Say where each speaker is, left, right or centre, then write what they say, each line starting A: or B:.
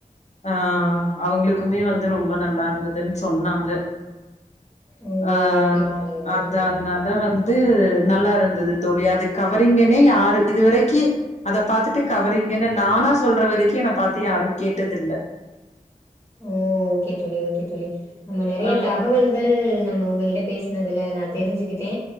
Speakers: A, on the left; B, on the left.
A: ஆ அவங்ளுக்குமே வந்து ரொம்ப நல்லாருந்துதுன் சொன்னாங்க
B: ஓ
A: ஆ
B: ஓகே தோழி ஓகே
A: அத்து
B: தோழி
A: அதனால வந் து நல்லாருந்துது தோழி அது கவரிங்கனே யாரு இதுவரக்கி அத பாத்துட்டு கவரிங்குன்னு நானா வரக்கி என்ன பாத்து யாரு கேட்டதில்ல
B: ஓ ஓகே தோழி ஓகே தோழி நம்ம நெறைய
A: ஆ
B: தகவல்கள் நம் உங்ககிட்ட பேஸ்னதுல நா தெரிஞ்சுக்கிட்டே